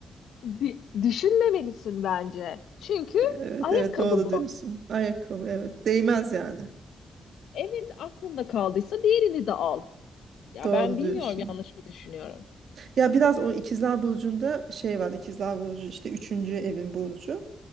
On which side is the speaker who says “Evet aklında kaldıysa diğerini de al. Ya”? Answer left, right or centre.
Left